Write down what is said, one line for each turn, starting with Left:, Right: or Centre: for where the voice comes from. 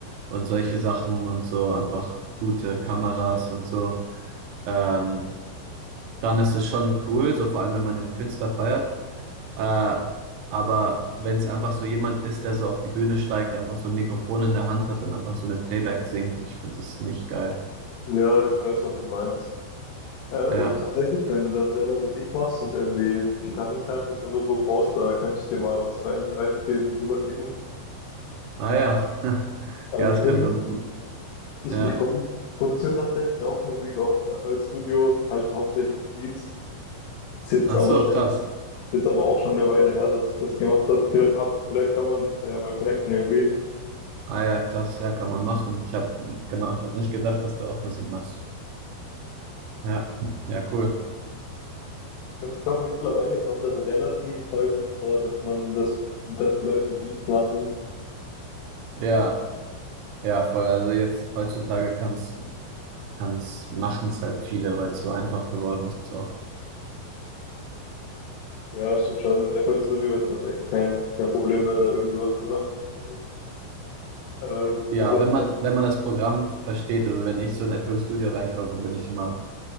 Right: und solche Sachen und so, einfach gute Kameras und so, ähm, dann ist es schon cool, so vor allem, wenn man den Künstler feiert. Äh, aber wenn es einfach so jemand ist, der so auf die Bühne steigt, einfach so ein Mikrofon in der Hand hat und einfach so mit Playback singt, ich finde das nicht geil.
Left: Ja, ich weiß, was du meinst. Ja, aber
Right: Ja.
Left: tatsächlich, wenn du dann selber Musik machst und irgendwie Gitarrensamples oder so brauchst, da könnte ich dir mal was rein, reinspielen und rüberschicken.
Right: Ah ja. <laughs>
Left: Also
Right: Ja,
Left: das
Right: das
Left: Ding,
Right: können wir.
Left: ich,
Right: Ja.
Left: ich, produ ich produziere tatsächlich auch Musik auf FL Studio, halt hauptsächlich Beats. Ist jetzt
Right: Ach
Left: aber
Right: so,
Left: schon,
Right: krass.
Left: ist jetzt aber auch schon eine Weile her, dass ich das gemacht habe. Vielleicht, hab, vielleicht kann man sich da ja mal connecten irgendwie.
Right: Ah ja, krass, ja, kann man machen. Ich habe, genau, ich habe nicht gedacht, dass du auch Musik machst. Ja, ja, cool.
Left: Es kommt mittlerweile kommt das relativ häufig vor, dass man, dass, dass Leute Beats machen
Right: Ja, ja, voll. Also jetzt heutzutage kann's, kann's, machen's halt viele, weil es so einfach geworden ist auch.
Left: Ja, stimmt schon. Mit FL Studio ist das echt kein, kein Problem mehr, da irgendwie was zusammenzubasteln. Äh,
Right: Ja,
Left: mit was
Right: wenn
Left: auch.
Right: man, wenn man das Programm versteht, also wenn ich so in FL Studio reinkomme, bin ich immer